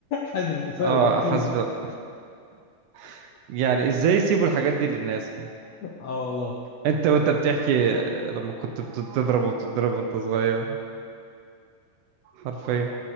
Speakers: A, on the left (about 75°); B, on the right (about 75°).
A: حازم القصير
B: اه
A: تخين
B: حسب <laughs> يعني ازاي يسيبوا الحاجات دي للناس كده
A: اه والله
B: انت وانت بتحكي لما كنت بتضرب وبتضرب وانت صغير حرفيا